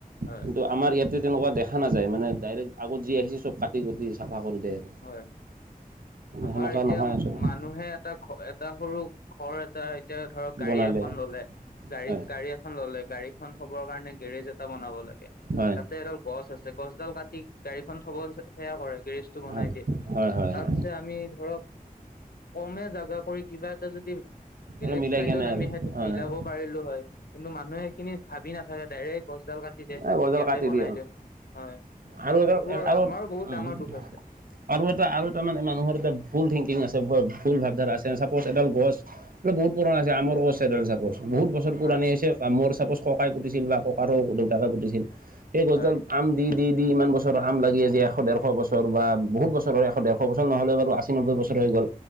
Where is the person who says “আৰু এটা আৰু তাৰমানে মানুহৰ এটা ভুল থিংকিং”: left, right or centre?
Right